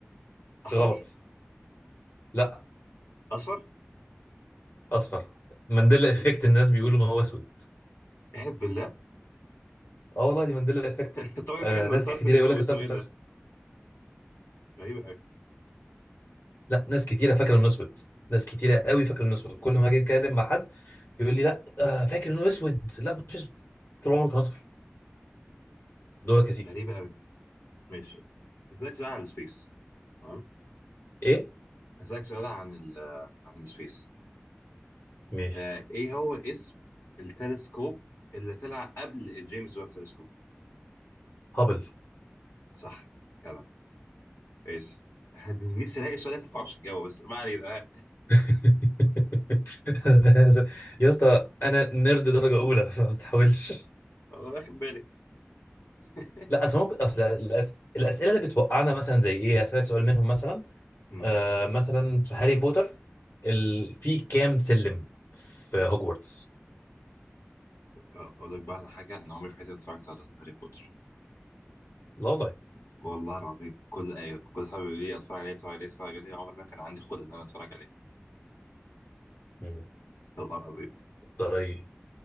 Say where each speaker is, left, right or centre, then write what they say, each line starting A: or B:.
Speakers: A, on the left (about 75°); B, on the left (about 55°).
A: احمر؟
B: غلط لا
A: اصفر؟
B: اصفر مانديلا افكت
A: م-
B: الناس بيقولوا ان هو اسود
A: احلف بالله
B: اه والله دي مانديلا افكت
A: <laughs> طبعا
B: آه
A: فاكر ان
B: ناس
A: الطرف
B: كتيره
A: ده
B: يقول
A: له
B: لك
A: اسمه
B: الطرف
A: ايه
B: بتاع
A: ده؟
B: اسود
A: غريبة قوي
B: لا ناس كتيره فاكره انه اسود ناس كتيره قوي فاكره انه اسود كل ما اجي اتكلم مع حد يقول لي لا آه فاكر انه اسود لا مش اسود طول عمره كان اصفر دورك يا سيدي
A: غريبة قوي ماشي هسألك سؤال عن السبيس تمام
B: ايه؟
A: هسألك سؤال عن ال عن السبيس
B: ماشي
A: آه ايه هو اسم التلسكوب اللي طلع قبل الجيمس ويب تلسكوب
B: هابل
A: صح كده ماشي <laughs> نفسي الاقي السؤال ده انت ما تعرفش تجاوبه بس ما علينا <laughs> آه،
B: <laughs> يا اسطى انا نيرد درجه اولى <laughs> ما تحاولش
A: انا واخد بالي <laughs>
B: لا اصل ممكن اصل الأس... الاسئله اللي بتوقعنا مثلا زي ايه اسالك سؤال منهم مثلا
A: مم.
B: آه مثلا في هاري بوتر ال... في كام سلم في هوجورتس
A: اقول لك بقى على حاجه انا عمري في حياتي ما اتفرجت على هاري بوتر
B: لا والله
A: والله العظيم كل آية كل صحابي بيقولوا لي اتفرج عليه اتفرج عليه اتفرج عليه عمري ما كان عندي خلق ان انا اتفرج عليه
B: مم.
A: والله العظيم
B: طيب